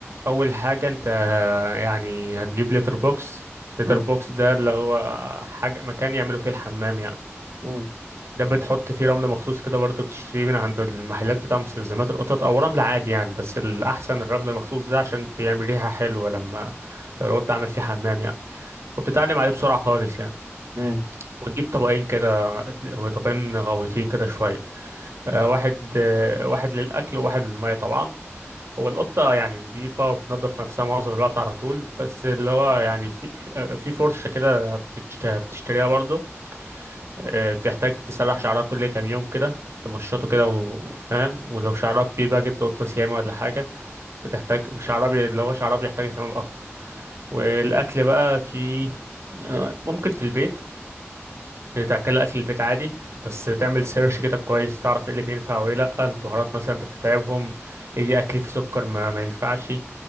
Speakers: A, on the right; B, on the right.
A: أول حاجة أنت يعني هتجيب لتر بوكس لتر
B: مم.
A: بوكس ده اللي هو حاجة مكان يعملوا فيه الحمام يعني
B: مم.
A: ده بتحط فيه رمل مخصوص كده برضه بتشتريه من عند المحلات بتاع مستلزمات القطط أو رمل عادي يعني بس الأحسن الرمل المخصوص ده عشان بيعمل ريحة حلوة لما لو القط عمل فيه حمام يعني وبتتعلم عليه بسرعة خالص يعني
B: مم.
A: وتجيب طبقين كده اتن- طبقين غويطين كده شوية آه، واحد آه، واحد للأكل وواحد للمية طبعا هو القطة يعني نظيفة وبتنظف نفسها معظم الوقت على طول بس اللي هو يعني في في فرشة كده بتشت- بتشتريها برضه آه، بتحتاج تسرح شعرها كل كام يوم كده تمشطه كده و- وفاهم ولو شعرها كبير بقى جبت قطة سيامة ولا حاجة بتحتاج شعرها بي... اللي هو شعرها بيحتاج اهتمام أكتر والأكل بقى في آه، ممكن في البيت تاكل اكل البيت عادي بس تعمل سيرش كده كويس تعرف ايه اللي بينفع وايه لا البهارات مثلا بتتعبهم ايه اكل فيه سكر ما, ما ينفعش